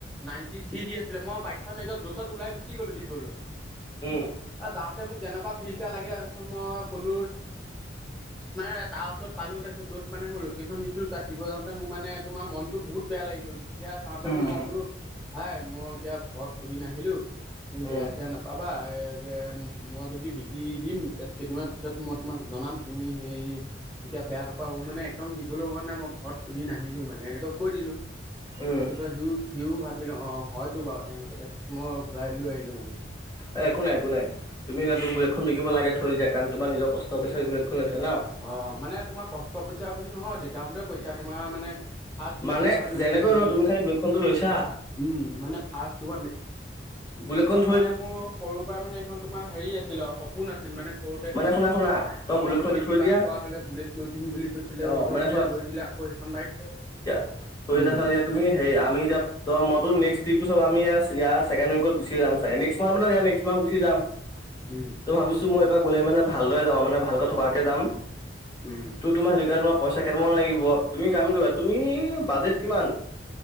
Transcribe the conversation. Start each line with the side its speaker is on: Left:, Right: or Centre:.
Centre: নাইনটি থ্ৰী দি আছিলে মই বাইকখন এ য'চত ওলাই গুচি গলো দিবলৈ
Left: উম
Centre: যাওঁতে মোক যেনেকুৱা ফিল্ এটা লাগিল তাৰছত মই ক'লো মানে তাৰ ওচৰত পালো তাৰপিছত য'ত মানে মই লোকেশ্যন দিছিলো তাত দিব যা মোৰ মানে তোমাৰ মনতো বহুত বেয়া লাগি গলতিয়া চাওঁতে
Left: উম
Centre: মানে মই ক'লো ভাই মই এতিয়া ঘৰত সুুধি নাহিলো তুমি
Left: উম
Centre: বেয়া চেয়া নাপাবা যে মই যদি বিকি দিম কেইদিনমান পিছত মই তোমাক জনাম তুমি সেই এতিয়া বেয়া নাপাব মানে একদম দিবলৈ মন নাই মই ঘৰত সুধি নাহিলো মানে এনেকে কৈ দিলো
Left: উম।
Centre: তাৰপিছত সি ত ভাবি অ' হয়তো বাৰু তেনেকুৱা তাৰপাছত মই ঘূৰাই লৈ আহিলো মানে
Left: এ একো নাই একো নাই তুমি বুলেটখন বিকিব নালাগে থৈ দিয়া কাৰণ তোমাৰ নিজৰ কষ্ট পইচা এইবিলাকখন লৈছে ন
Centre: অ মানে তোমাৰ কষ্ট পইচা বুলি নহয় দেউতাহঁতেও পইচা তোমাৰ মানে ফাৰ্ষ্ট
Left: মানে
Centre: মেট্ৰিক পাছ কৰোঁতে
Left: যেনেকৈ
Centre: কিনি দিছে,
Left: তুমি খালি বুলেট খনটো লৈছা
Centre: উম মানে ফাৰ্ষ্ট তোমাৰ মেট্ৰিক
Left: বুলেট খণ
Centre: মানে মোৰ সৰুৰ পৰাই মানে এইখন তোমাৰ হেৰি আছিল আৰু সপোন আছিল মানে সৰুতে
Left: মানে শুনা শুনা তোমাৰ
Centre: অ'
Left: বুলেটখন
Centre: মোৰ
Left: এতিয়া
Centre: মেট্ৰিক
Left: থৈ
Centre: পাছ
Left: দিয়া
Centre: কৰা হলে বুলেট লৈ দিম বুলি কৈছিলে
Left: অ
Centre: সেইখন
Left: মানে
Centre: এতিয়া লৈ দিলে আকৌ সেইখন বাইক
Left: এ
Centre: উম,
Left: এতিয়া তুমি হেৰি আমি এতিয়া ত' মতো নে্কট্ৰিপটো চ আম ই ছেেণ্ড উইকত গুচি মাৰ মান নে্কস মাৰ্থ গুচি যাম
Centre: উম,
Left: ত' ভাবিছো মই এইবাৰ গ'লে মানে ভালদৰে যাম মানে ভালকৈ থকাকে যাম
Centre: উম,
Left: তোৰ তোমাৰ সেইটো কে তোমাৰ পইচা কেইটামান লাগিব তুমি কাম কৰিবা তুমি বাজেট কিমান